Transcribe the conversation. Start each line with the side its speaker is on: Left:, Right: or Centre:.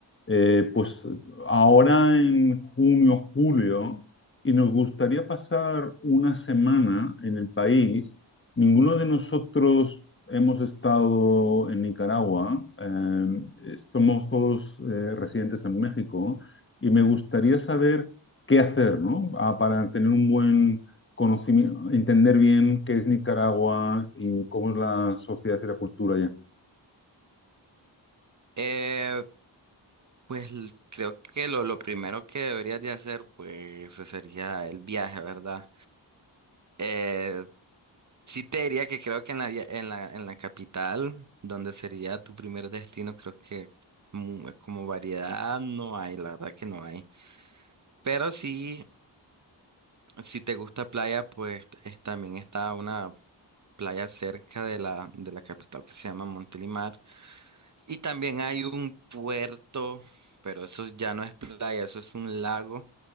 Left: eh, pues ahora en junio, julio, y nos gustaría pasar una semana en el país. Ninguno de nosotros hemos estado en Nicaragua, eh, somos todos eh, residentes en México, y me gustaría saber qué hacer, ¿no? Ah, para tener un buen conocimiento, entender bien qué es Nicaragua y cómo es la sociedad y la cultura allá.
Right: Eh, pues l- creo que lo, lo primero que deberías de hacer, pues, ese sería el viaje, ¿verdad? Eh, sí te diría que creo que en la, via- en la, en la capital, donde sería tu primer destino, creo que mu- como variedad no hay, la verdad que no hay. Pero sí, si te gusta playa, pues es- también está una playa cerca de la, de la capital que se llama Montelimar. Y también hay un puerto, pero eso ya no es playa, eso es un lago